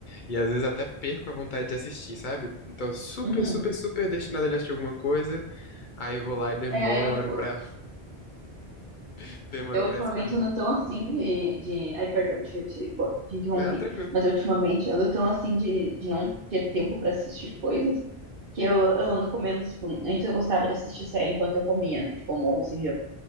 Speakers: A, on the left; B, on the right.
A: E às vezes até perco a vontade de assistir, sabe? Então, super,
B: Uhum.
A: super, super destinado a ele assistir alguma coisa. Aí eu vou lá e demoro
B: É, aí eu, tipo,
A: pra, <laughs> demoro
B: Eu ultimamente
A: pra escolher.
B: ando tão assim de, de... Ai, perdão, te, te, te interrompi.
A: Não, tranquilo.
B: Mas eu, ultimamente ando tão assim de, de não ter tempo pra assistir coisas que eu, eu ando comendo, tipo, antes eu gostava de assistir série enquanto eu comia, né? Tipo, almoço e janta.